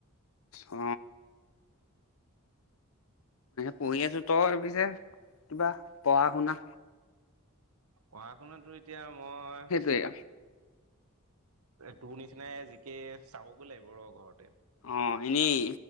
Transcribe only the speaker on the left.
অ। পঢ়ি আছো তই পিছে কিবা পঢ়া শুনা‌
সেইটোয়ে
অ' এনেই